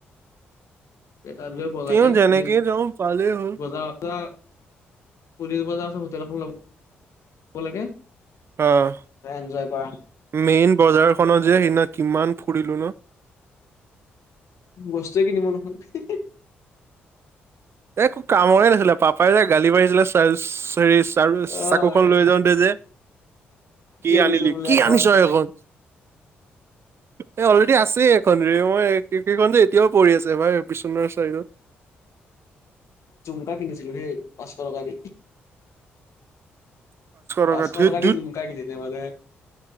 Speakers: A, on the left; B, on the right.
A: এটা যে বগাকে,
B: তেওঁ যেনেকে
A: পুলিচ
B: যাওঁ পালেই হ'ল
A: বজা বজা পুলিচ বজা তেলখন ল'ব ল'ব লাগে।
B: অ'
A: এনজয় কৰা
B: মেইন বজাৰখনত যে সিদিনা কিমান ফুৰিলো ন'?
A: বস্তুৱে নিকিনিলোঁ নহয়।
B: একো কামৰে নাছিলে, পাপাই যে গালি পাৰিছিলে চাই হেৰি চ-চাকুখন
A: অ', এই
B: লৈ যাওঁতে যে
A: কি আনিছ
B: আনিলি
A: বোলে,
B: কি আনিছ
A: ঘৰত আছে।
B: এইখন এই অলৰেডি আছেই ৰে। মই এইখন যে এতিয়াও পৰি আছে ভাই, বিচনাৰ চাইডত।
A: জোতা কিনিছিলোঁ সেই পাঁচশ টকা দি। পাঁচশ
B: টকা ধেত
A: টকাদি
B: ধুত
A: ঝুমকা কিনিছে মানে।